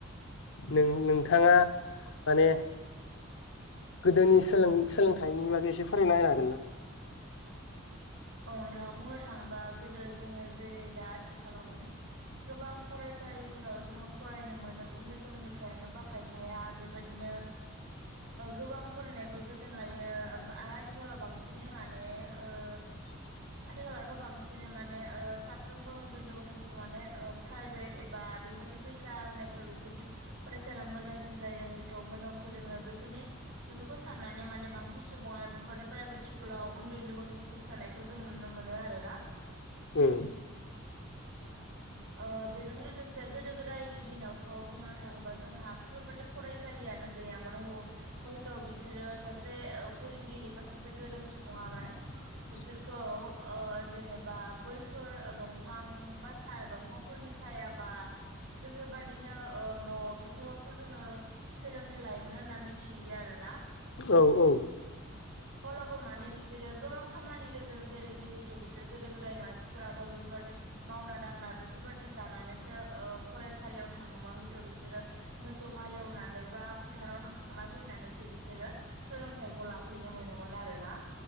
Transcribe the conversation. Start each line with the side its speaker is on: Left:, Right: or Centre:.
Left: नों नोंथाङा माने गोदोनि सोलोंथाइनि बागै एसे फोरमायना होनो हागोन ना।
Right: औ नोंथां बुंनो थाङोबा गोदो जोङो जेरै दा आथिखालाव माने गोबां फरायसालिफोराव जोङो फरायनो मोनो उन्दै समनिफ्रायनो बा खायफाया बेबायदिनो गोबां फरायनायखौ जोथोन लायो आथिखालाव बांसिनै माने ओ
Left: <inaudible>
Right: आथिखालावथ बांसिन माने ओ साफ्रोमबो उन्दै उन्दै गथ'फोरखौ माने प्राइभेट एबा बेबायदि। बिदि फैसा होनायफोराव बेफोरदि फरायसालि मोजांसिन जायो हयथ' मोजां फोरोङो बेफोरनि बेफोरखौ साननानै माने बांसिन सुबुङानो बेफोरो प्राइभेट स्कुलाव उन्दै उन्दै गथ'फोरखौ सोनाय बेखौ जों नुनो मोनो आरोना
Left: उम।
Right: ओ बेजों लोगोसे गोदो गोदायनि दिनावथ' बुंनो थाङोबा जोंहा बेफोरबाददि फरायसालियाव गैयामोन हयथ' बिसोरो सासे फोरोंगिरि बा सासे गोरों सुबुङा माने
Left: <inaudible>
Right: बिसोरखौ ओ जेनेबा बैफोर दंफां बासा दंफांफोरनि साया बेफोरबायदिनो ओ न' बे फोरावसो जोंङो सोलोंथाइ लायोमोन होनना मिथियो आरोना।
Left: औ औ।
Right: अब्लाबो मानो बिसोरो गोबां खामानि गोदो जेरै जिहेथु बिसोर गोदो गोदायनि मानसिफोराथ' बेफोरबायदि मावना दांना बेफोरबायदि जानानै फरायसालियाव थाङा हयथ' बिसोरो मोसौ हालेवनानै बा फोथाराव थां थांना फैनानैसो बिसोरो सोलोंथाइखौ लाफैनो मोनोमोन आरो ना